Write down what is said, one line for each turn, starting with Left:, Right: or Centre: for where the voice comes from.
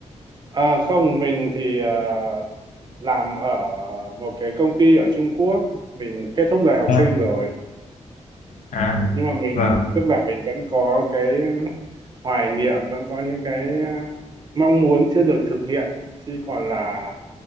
Right: À, không, mình thì ờ, làm ở một cái công ty ở Trung Quốc. Mình kết thúc đời học
Left: À,
Right: sinh rồi.
Left: à,
Right: Nhưng mà mình,
Left: vâng.
Right: tức là mình vẫn có cái hoài niệm, vẫn có những cái ờ, mong muốn chưa được thực hiện khi còn là